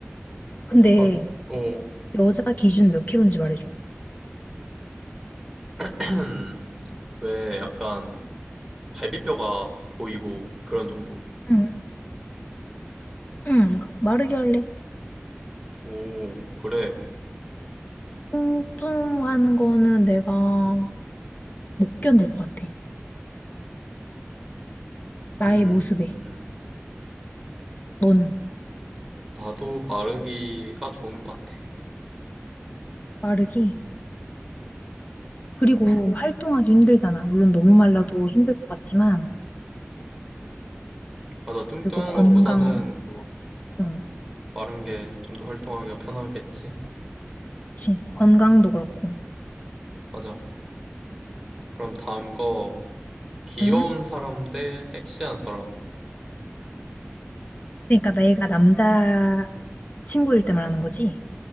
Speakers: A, on the left; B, in the centre.
A: 근데
B: 약간, 어.
A: 여자 기준 몇 킬로인지 말해줘.
B: <clears throat> 왜 약간 갈비뼈가 보이고 그런 정도.
A: 응. 응. 마르기 할래.
B: 오, 그래.
A: 뚱뚱한 거는 내가 못 견딜 것 같아. 나의
B: 음,
A: 모습에. 너는?
B: 나도 마르기가 좋은 것 같아.
A: 마르기. 그리고 활동하기 힘들잖아. 물론 너무 말라도 힘들 것 같지만.
B: 맞아, 뚱뚱한
A: 그리고 건강.
B: 것보다는
A: 어,
B: 마른 게 좀 더 활동하기가 편하겠지?
A: 그치. 건강도 그렇고.
B: 맞아. 그럼 다음 거 귀여운
A: 응?
B: 사람 대 섹시한 사람
A: 그러니까 내가 남자 친구일 때 말하는 거지.